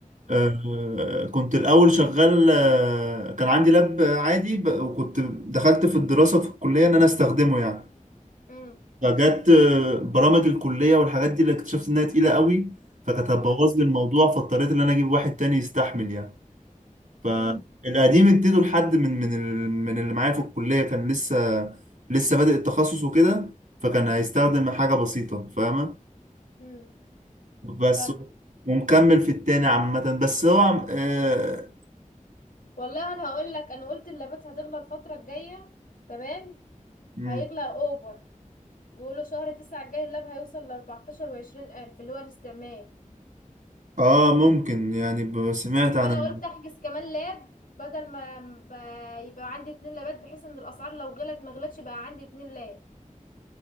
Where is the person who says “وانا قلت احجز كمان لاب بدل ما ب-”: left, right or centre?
Left